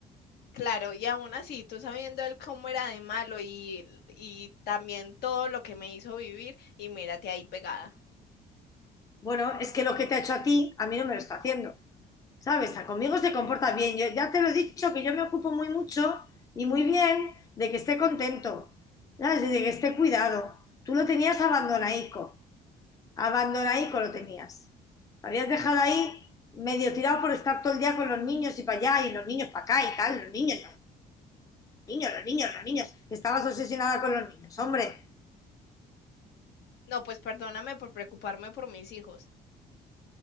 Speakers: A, on the left; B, on the left.
A: Claro, y aún así, tú sabiendo él cómo era de malo y, y también todo lo que me hizo vivir, y mírate ahí pegada.
B: Bueno, es que lo que te ha hecho a ti, a mí no me lo está haciendo. ¿Sabes? A conmigo se comporta bien. Yo ya te lo he dicho que yo me ocupo muy mucho y muy bien de que esté contento, ¿sabes? Y de que esté cuidado. Tú lo tenías abandonaico. Abandona ahí con lo tenías. Lo habías dejado ahí medio tirado por estar todo el día con los niños y para allá, y los niños para acá y tal, los niños, los niños, los niños, los niños, que estabas obsesionada con los niños, hombre.
A: No, pues perdóname por preocuparme por mis hijos.